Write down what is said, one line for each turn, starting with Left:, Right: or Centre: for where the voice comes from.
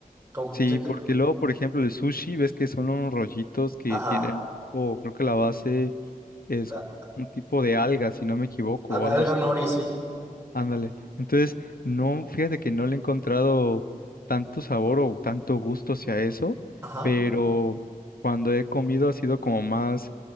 Right: con,
Left: Sí,
Right: sí, te-
Left: porque luego, por ejemplo, el sushi, ves que son unos rollitos que
Right: ajá,
Left: tienen, o creo que la base es
Right: la-
Left: un tipo de alga, si no me equivoco,
Right: alga,
Left: o algo
Right: alga
Left: así.
Right: nori, sí,
Left: Ándale. Entonces, no, fíjate que no le he encontrado tanto sabor o tanto gusto hacia eso,
Right: ajá,
Left: pero cuando he comido ha sido como más,